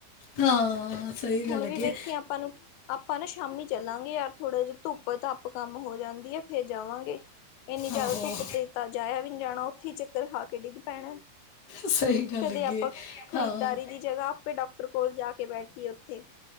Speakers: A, on the left; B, on the left.
A: ਹਾਂ ਸਹੀ ਗੱਲ
B: ਹੁਣ
A: ਹੈਗੀ
B: ਵੀ ਵੇਖੀਏ
A: ਹੈ।
B: ਆਪਾਂ ਨੂੰ ਆਪਾਂ ਨਾ ਸ਼ਾਮੀ ਚੱਲਾਂਗੇ ਯਾਰ ਥੋੜ੍ਹਾ ਜਾ ਧੁੱਪ ਧਾਪ ਕੰਮ ਹੋ ਜਾਂਦੀ ਐ ਫੇਰ ਜਾਵਾਂਗੇ। ਇੰਨੀ ਜਿਆਦਾ
A: ਆਹੋ
B: ਧੁੱਪ ਤੇਜ ਤਾਂ ਜਾਇਆ ਵੀ ਨੀ ਜਾਣਾ ਓਥੀ ਚੱਕਰ ਖਾ ਕੇ ਡਿੱਗ ਪੈਣਾ।
A: ਸਈ ਗੱਲ
B: ਕਦੇ
A: ਹੈਗੀ
B: ਆਪਾਂ
A: ਐ
B: ਖਰੀਦਦਾਰੀ
A: ਹਾਂ।
B: ਦੀ ਜਗ੍ਹਾ ਆਪੇ ਡਾਕਟਰ ਕੋਲ ਜਾ ਕੇ ਬੈਠੀਏ ਉੱਥੇ,